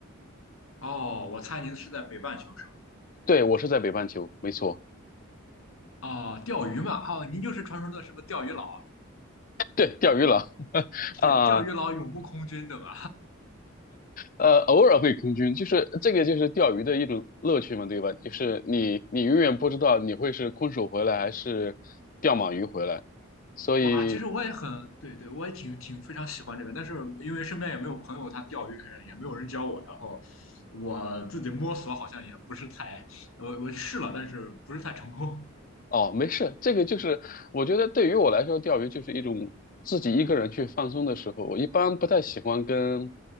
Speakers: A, on the left (about 80°); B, on the left (about 40°).
A: 哦，我猜您是在北半球是吧？
B: 对，我是在北半球，没错，
A: 哦，钓鱼嘛，哦，您就是传说中的什么钓鱼佬？
B: 对，钓鱼了
A: 对，
B: 啊、
A: 钓鱼佬永不空军，对吧？
B: 呃，偶尔会空军，就是这个就是钓鱼的一种乐趣嘛，对吧？就是你你永远不知道你会是空手回来还是钓满鱼回来。所以
A: 哇，其实我也很，对对，我也挺挺非常喜欢这个，但是因为身边也没有朋友他钓鱼，也没有人教我，然后我自己摸索好像也不是太，我我试了，但是不是太成功。
B: 哦，没事，这个就是我觉得对于我来说，钓鱼就是一种自己一个人去放松的时候。我一般不太喜欢跟